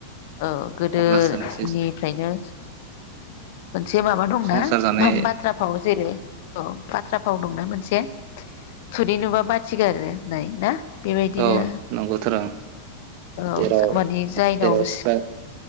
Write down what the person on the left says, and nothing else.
औ गोदोनिफ्रायनो,
मोनसे माबा दंना
<unintelligible>
औ जेरै औ बाथ्रा फाव दंना मोनसे थुुरि नुबा बाथि गारो होननाय ना फा बेबायदिनो
औ
माने जायगायाव
सि